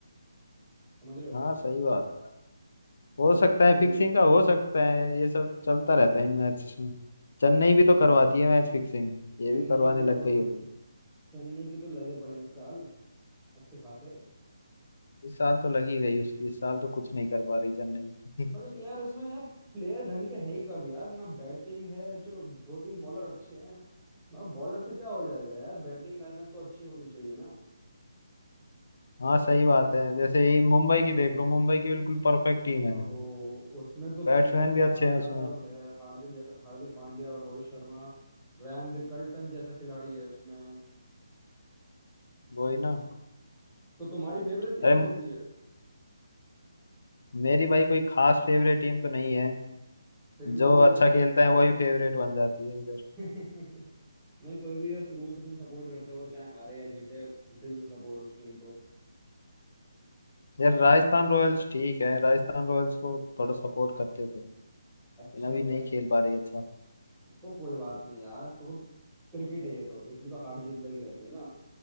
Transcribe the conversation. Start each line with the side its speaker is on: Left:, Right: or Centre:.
Centre: समझ रहे हो
Left: हाँ सही बात है
Centre: मेरे
Left: हो सकता
Centre: को तो
Left: है
Centre: यही
Left: फिक्सिंग
Centre: लग रहा
Left: का हो
Centre: है
Left: सकता है ये सब चलता रहता है इन मैच में चेन्नई भी तो करवाती है मैच फिक्सिंग ये
Centre: चेन्नई
Left: भी करवाने
Centre: की
Left: लग
Centre: तो
Left: गई होगी
Centre: चेन्नई की तो लगे पड़े हैं इस साल अच्छे खासे
Left: इस साल तो लगी गई उसकी इस साल तो कुछ नहीं कर पा रही चेन्नई
Centre: मगर
Left: <laughs>
Centre: यार इसमें यार प्लेयर ढंग के है ही कब यार ना बैटिंग है चलो दो तीन बॉलर अच्छे हैं मगर बॉलर से क्या हो जाएगा यार बैटिंग लाइनअप तो अच्छी होनी चाहिए ना
Left: हाँ सही बात है जैसे ये मुंबई की देख लो मुंबई की बिल्कुल परफेक्ट टीम है
Centre: हो उसमें तो सूर्य
Left: बैट्समैन भी
Centre: कुमार
Left: अच्छे हैं
Centre: यादव
Left: उसमें
Centre: है हार्दिक जैसा हार्दिक पांड्या और रोहित शर्मा रैन रिकल्टन जैसा खिलाड़ी है उसमें
Left: वही ना
Centre: तो तुम्हारी फेवरेट टीम
Left: अरे
Centre: कौन सी है
Left: मेरी भाई कोई खास फेवरेट टीम तो नहीं है
Centre: फिर भी कोई
Left: जो अच्छा
Centre: अच्छी
Left: खेलता है
Centre: हो
Left: वही फेवरेट बन जाती है इधर
Centre: <laughs> नहीं कोई भी यार शुरू से तुम सपोर्ट करते हो चाहे हारे या जीते दिल से सपोर्ट उस टीम को
Left: यार राजस्थान रॉयल्स ठीक है राजस्थान रॉयल्स को थोड़ा सपोर्ट करते थे लेकिन
Centre: अच्छा
Left: अभी नहीं खेल पा रही अच्छा
Centre: तो कोई बात नहीं यार तो क्रिकेट है ये तो इसमें तो हार जीत लगी रहती है ना